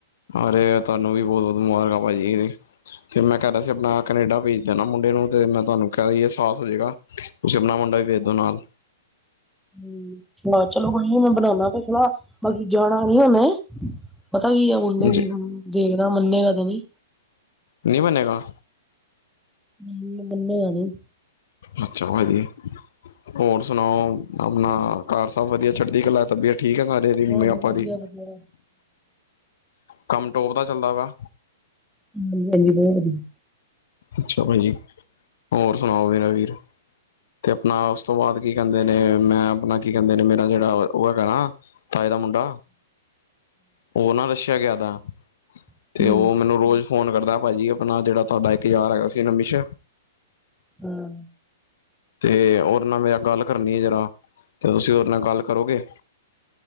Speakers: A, on the left; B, in the centre.
A: ਅਰੇ ਤੁਹਾਨੂੰ ਵੀ ਬੋਤ ਬੋਤ ਮੁਬਾਰਕਾਂ ਭਾਜੀ, ਤੇ ਮੈਂ ਕਹਿੰਦਾ ਸੀ ਆਪਣਾ। ਕੈਨੇਡਾ ਭੇਜ ਦੇ ਨਾ ਮੁੰਡੇ ਨੂੰ ਤੇ ਮੈਂ ਤੁਹਾਨੂੰ ਕਹਿ ਅਹਿਸਾਸ ਹੋ ਜਾਏਗਾ ਤੁਸੀਂ ਆਪਣਾ ਮੁੰਡਾ ਵੀ ਭੇਜ ਦੋ ਨਾਲ।
B: ਹੂੰ, ਹਾਂ ਚਲੋ ਕੋਈ ਮੈਂ ਬਣਾਨਾ ਪਿਆ ਸਲਾਹ ਬਾਕੀ ਜਾਣਾ ਨੀ ਉਹਨੇ। ਪਤਾ ਕੀ ਆ ਮੁੰਡੇ
A: ਜੀ
B: ਵੀ ਦੇਖਦੇ ਮੰਨੇਗਾ ਤੇ ਨੀ।
A: ਨੀ ਮੰਨੇਗਾ।
B: ਹੂੰ, ਮੰਨੇਗਾ ਨੀ।
A: ਅੱਛਾ ਭਾਜੀ ਜੀ, ਹੋਰ ਸੁਣਾਓ? ਆਪਣਾ ਘਰ ਸਭ ਵਧੀਆ ਛੱਡਦੀ ਕਲਾ ਤਬੀਅਤ ਠੀਕ ਐ ਸਾਰੇ? ਦੀ
B: ਹਾਂ-ਹਾਂ,
A: ਮੰਮੀ ਪਾਪਾ
B: ਵਧੀਆ-ਵਧੀਆ।
A: ਦੀ ਕੰਮ ਟੋਪ ਦਾ ਚੱਲਦਾ ਵਾ।
B: ਹਾਂਜੀ-ਹਾਂਜੀ ਬੋਤ ਵਧੀਆ।
A: ਅੱਛਾ ਭਾਜੀ, ਹੋਰ ਸੁਣਾਓ ਮੇਰਾ ਵੀਰ? ਤੇ ਆਪਣਾ ਉਸ ਤੋਂ ਬਾਅਦ ਕੀ ਕਹਿੰਦੇ ਨੇ ਮੈਂ ਆਪਣਾ। ਕੀ ਕਹਿੰਦੇ ਨੇ ਮੇਰਾ ਜਿਹੜਾ ਉਹ ਹੈਗਾ ਨਾ ਤਾਏ ਦਾ ਮੁੰਡਾ। ਉਹ ਨਾ ਰਸ਼ਿਆ ਗਿਆ ਥਾ।
B: ਹੂੰ
A: ਤੇ ਉਹ ਮੈਨੂੰ ਰੋਜ਼ ਫ਼ੋਨ ਕਰਦਾ ਭਾਜੀ ਆਪਣਾ ਜਿਹੜਾ ਤੁਹਾਡਾ ਇੱਕ ਯਾਰ ਹੈਗਾ ਸੀ ਨਮਿਸ਼।
B: ਹਾਂ,
A: ਤੇ ਉਹਨਾ ਨਾਲ ਮੇਰਾ ਗੱਲ ਕਰਨੀ ਆ ਜਰਾ, ਤੇ ਤੁਸੀਂ ਉਹਦੇ ਨਾਲ ਗੱਲ ਕਰੋਗੇ।